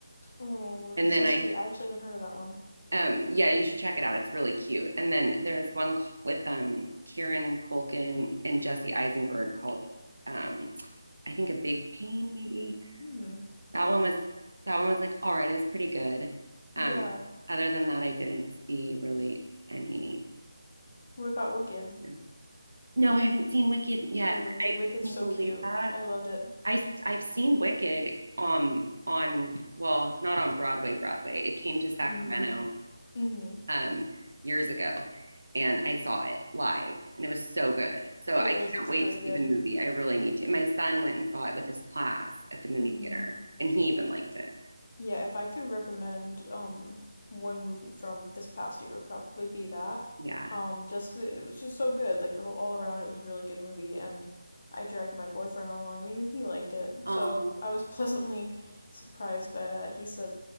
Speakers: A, on the left; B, on the right.
A: Oh, that's
B: And then
A: so sweet.
B: I,
A: I actually haven't heard of that one.
B: um, yeah, you should check it out. It's really cute. And then there's one with um, Kieran Culkin and Jesse Eisenberg called, um, I think, A Big Pain, maybe.
A: Hmm.
B: That one was, that one was like, all right, it's pretty good.
A: Yeah.
B: Um, other than that, I didn't see really any.
A: What about Wicked?
B: No, No, I haven't seen Wicked yet.
A: No, Wicked.
B: I
A: Wicked's
B: can't
A: so
B: believe
A: cute.
B: that.
A: I loved it.
B: I I've seen Wicked um on well, not on Broadway, Broadway. It came to Sacramento
A: Mm. Mm-hmm.
B: um years ago and I saw it live and it was so good. So
A: It
B: I
A: is.
B: can't
A: It's
B: wait
A: very
B: to
A: good.
B: see the movie. I really need to. And My son went and saw it with his class at the movie
A: Mm-hmm.
B: theater and he even liked it.
A: Yeah, if I could recommend um one movie from this past year, it would probably be that.
B: Yeah.
A: Um, just 'cause it was just so good. Like the whole all around, it was a really good movie, and I dragged my boyfriend along, and even he liked it.
B: Oh,
A: So I was <laughs> pleasantly surprised by that. He said